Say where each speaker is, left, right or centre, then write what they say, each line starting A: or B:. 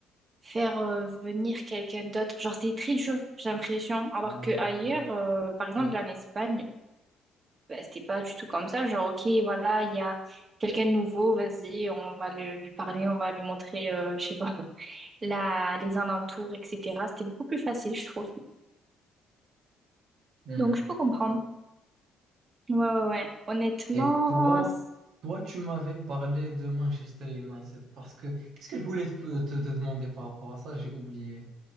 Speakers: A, on the right; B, on the right.
A: faire euh, venir quelqu'un d'autre. Genre, c'est très dur, j'ai l'impression. Alors
B: Ah,
A: que ailleurs,
B: ouais,
A: euh, par exemple,
B: ouais.
A: en Espagne, bah, c'était pas du tout comme ça. Genre, ok, voilà, il y a quelqu'un de nouveau, vas-y, on va le- lui parler, on va lui montrer, euh, je sais pas, <laughs> la, les alentours, etc. C'était beaucoup plus facile, je trouve.
B: Hmm.
A: Donc, je peux comprendre. Ouais, ouais, ouais. Honnêtement,
B: Et toi,
A: c'est-
B: toi, tu m'avais parlé de Manchester United parce que qu'est-ce que je voulais te, te- te demander par rapport à ça? J'ai oublié.